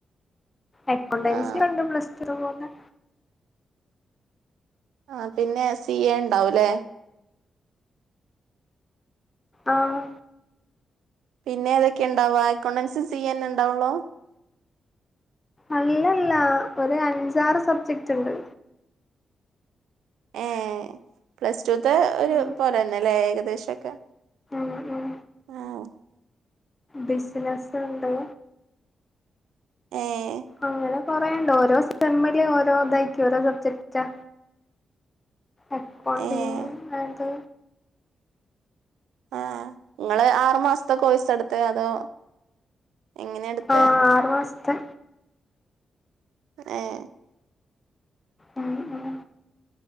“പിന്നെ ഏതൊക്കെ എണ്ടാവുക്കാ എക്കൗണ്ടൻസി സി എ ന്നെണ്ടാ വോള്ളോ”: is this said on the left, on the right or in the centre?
Right